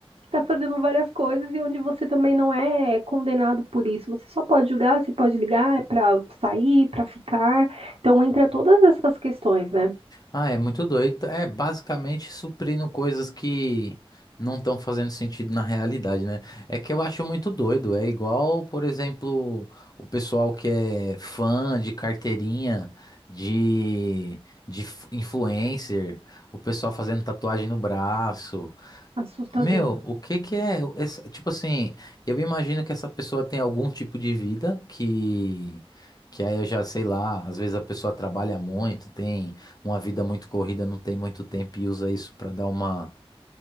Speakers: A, on the right (about 75°); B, on the left (about 40°).
A: tá fazendo várias coisas e onde você também não é condenado por isso. Você só pode julgar, você pode ligar, é pra sair, pra ficar. Então entra todas essas questões, né?
B: Ah, é muito doido. É basicamente suprindo coisas que não estão fazendo sentido na realidade, né? É que eu acho muito doido. É igual, por exemplo, o pessoal que é fã de carteirinha, de, de f- influencer, o pessoal fazendo tatuagem no braço.
A: Assustador.
B: Meu, o que que é? essa- tipo assim, eu imagino que essa pessoa tem algum tipo de vida que que aí eu já sei lá, às vezes a pessoa trabalha muito, tem uma vida muito corrida, não tem muito tempo e usa isso pra dar uma